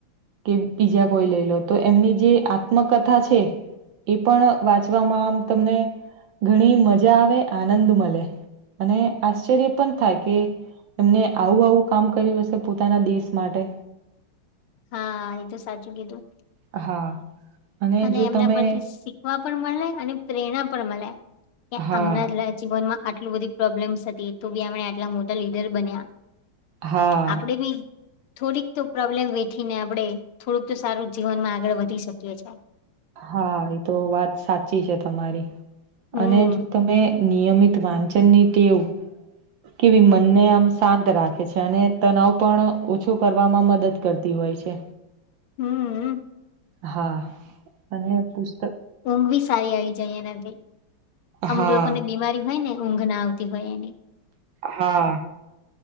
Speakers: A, on the right; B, on the left.
A: કે પીજા કોઈ લઈ લો તો એમની જે આ મ કથા છે એ પણ વાંચવામાં આમ તમને ઘણી મજા આવે આનંદ મળે અને આશ્ચર્ય પણ થાય કે એમને આવું આવું કામ કર્યું હશે પોતાના દેશ માટે
B: હા એ તો સાચું કીધું.
A: હા.
B: અને
A: જો
B: એમના
A: તમે
B: પરથી શીખવા પણ મળે અને પ્રેરણા પણ મળે. કે
A: હા
B: આમના જ જીવનમાં આટલું બધી પ્રોબ્લેમ્સ હતી તો બી આપણે આટલા મોટા લીડર બન્યા
A: હા
B: આપણેે બી થોડીક તો પ્રોબ્લેમ વેઠીને આપડે થોડુંક તો સારું જીવનમાં આગળ વધી શકીએ છે.
A: હા એ તો વાત સાચી છે તમારી
B: હમ
A: અને જો તમે નિયમિત વાંચનની ટેવ કેવી મનને આમ શાંત રાખે છે અને તનાવ પણ ઓછો કરવામાં મદદ કરતી હ હોય છે.
B: હમ્મ
A: હા અને પુસ્ત
B: ઊંઘ બી સારી આવી જાય એનાથી અમુક
A: હા
B: લોકોને બીમારી હોય ને ઊંઘ ના આવતી હોય એની
A: હા